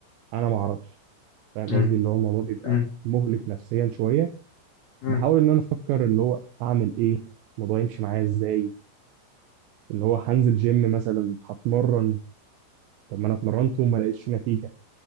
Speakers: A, on the right (about 85°); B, on the left (about 50°).
A: انا ما اعرفش فاهم
B: مم،
A: قصدي اللي هو الموضوع بيبقى
B: مم،
A: مهلك نفسيا شويه
B: مم،
A: بحاول ان انا افكر اللي هو اعمل ايه الموضوع يمشي معايا ازاي اللي هو هنزل جيم مثلا هتمرن طب ما انا اتمرنت وما لقيتش نتيجه